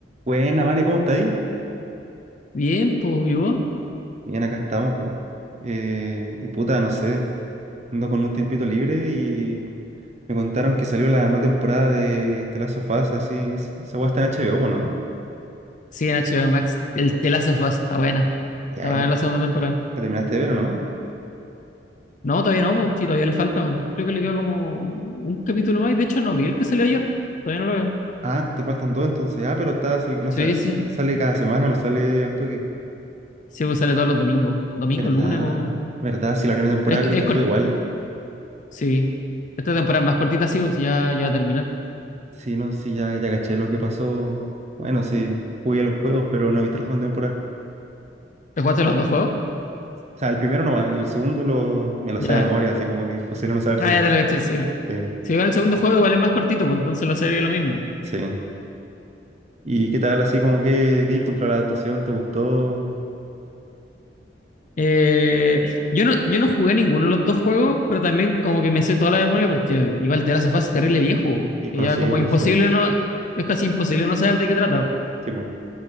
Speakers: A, on the right (about 40°); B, on the left (about 45°).
A: Buena, Vane, ¿cómo estáis?
B: Bien, pues, ¿y vos?
A: Bien, acá estamos, pues y puta, no sé, ando con un tiempito libre y me contaron que salió la nueva temporada de The Last of Us, así, es- esa weá está en HBO, po, ¿no?
B: Sí, en HBO Max. El telazo está buena.
A: y
B: Está
A: ahí
B: buena la segunda temporada.
A: la terminaste de ver, ¿o no?
B: No, todavía no, pues. Sí, todavía le falta. po. Creo que le queda como un capítulo más. Y de hecho, no vi el que salió ayer. Todavía no lo veo.
A: Ah, te faltan dos entonces. Ah, pero está, sal- no,
B: Sí,
A: sa- sale
B: sí.
A: cada semana, no sale al toque.
B: Sí, pues sale todos los domingos. Domingo,
A: ¿Verdad?
B: lunes. o-
A: ¿Verdad? Sí, la primera temporada
B: Es,
A: creo
B: es
A: que
B: cort-
A: fue igual.
B: Sí. Esta temporada es más cortita, sí, pues ya, ya va a terminar.
A: Sí, no, sí, ya, ya caché lo que pasó. Bueno, sí, jugué a los juegos, pero no he visto la segunda temporada.
B: ¿Te jugaste los dos juegos?
A: O sea, el primero nomás, y el segundo lo, me lo
B: Ya.
A: sé de memoria, así como que imposible no sabérselo.
B: Ah, ya te lo caché, sí.
A: Sí,
B: Si va el segundo juego, igual es más cortito, pues entonces la serie es lo mismo.
A: sí. ¿Y qué tal, así como que, qué encontró la adaptación? ¿Te gustó?
B: Eh, yo no, yo no jugué ninguno de los dos juegos, pero también como que me sé toda la memoria porque igual The Last of Us es terrible viejo. weón.
A: ¿Y es
B: Y
A: conocido?
B: ya como imposible
A: Pues sí,
B: no, es casi imposible no saber de qué trata.
A: sí, pues.